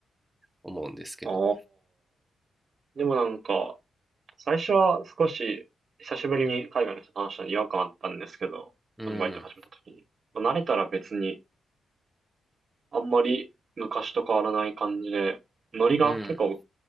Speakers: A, in the centre; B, on the right.
A: 思うんですけど
B: ああ。でもなんか、最初は少し、久しぶりに海外の人と話したのに違和感あったんですけど、
A: うん
B: あの、バイト始めた時に。まあ、慣れたら別に、あんまり昔と変わらない感じで、ノリが結構、
A: うん、うん、